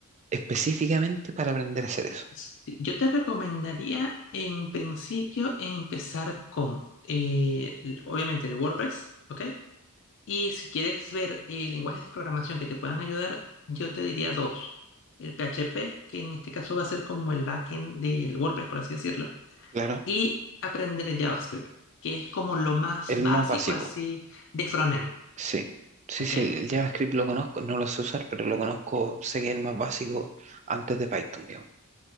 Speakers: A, on the right (about 30°); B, on the left (about 55°).
A: específicamente para aprender a hacer eso?
B: Sí, Yo te recomendaría en principio empezar con, eh, l- obviamente, el WordPress, ¿ok? Y si quieres ver eh, lenguajes de programación que te puedan ayudar, yo te diría dos. El PHP, que en este caso va a ser como el backend del WordPress, por así decirlo
A: Claro,
B: y aprender JavaScript, que es como lo más
A: el
B: básico
A: más básico,
B: así de frontend,
A: sí. Sí,
B: ¿ok?
A: sí, el el JavaScript lo conozco, no lo sé usar, pero lo conozco, sé que es el más básico antes de Python, digamos.